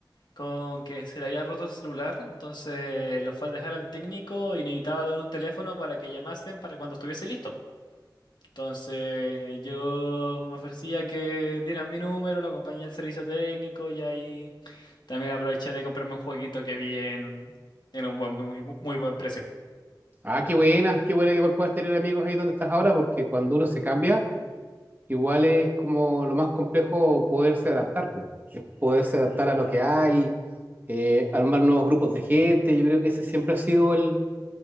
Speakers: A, on the left (about 70°); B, on the right (about 25°).
A: con que se le había roto el celular. Entonces, lo fue a dejar al técnico y necesitaba dar un teléfono para que llamasen para cuando estuviese listo. Entonces yo me ofrecía que dieran mi número, lo acompañé al servicio técnico y ahí también aproveché de comprarme un jueguito que vi en, en un buen, muy, muy buen precio.
B: Ah, qué buena, qué buena que igual puedas tener amigos ahí donde estás ahora, porque cuando uno se cambia, igual es como lo más complejo poderse adaptar, po. Es poderse adaptar a lo que hay, eh, armar nuevos grupos de gente. Yo creo que ese siempre ha sido el